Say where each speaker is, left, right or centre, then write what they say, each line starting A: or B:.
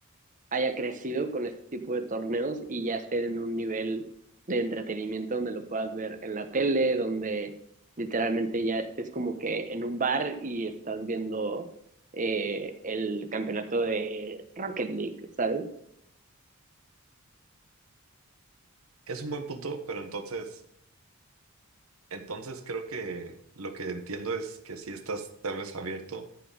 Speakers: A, on the right (about 35°); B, on the right (about 80°).
A: haya crecido con este tipo de torneos y ya esté en un nivel de entretenimiento donde lo puedas ver en la tele, donde literalmente ya estés como que en un bar y estás viendo eh, el campeonato de Rocket League, ¿sabes?
B: Es un buen punto, pero entonces, entonces creo que lo que entiendo es que si estás tal vez abierto